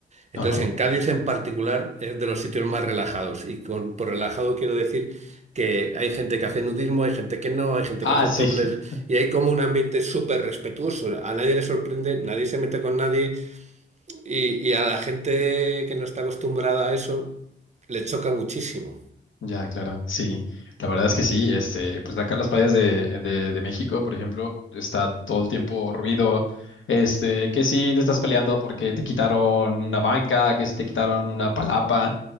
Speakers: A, on the right; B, on the left.
A: Entonces,
B: Ajá.
A: en Cádiz en particular es de los sitios más relajados. Y con, por relajado quiero decir que hay gente que hace nudismo, hay gente que no, hay gente
B: Ah,
A: que hace
B: sí,
A: topless.
B: <laughs>
A: Y hay como un ambiente súper respetuoso. A nadie le sorprende, nadie se mete con nadie. Y, y a la gente que no está acostumbrada a eso, le choca muchísimo.
B: ya, claro, sí. La verdad es que sí, este, pues acá en las playas de, de, de México, por ejemplo, está todo el tiempo ruido, este, que sí te estás peleando porque te quitaron una banca, que sí te quitaron una palapa.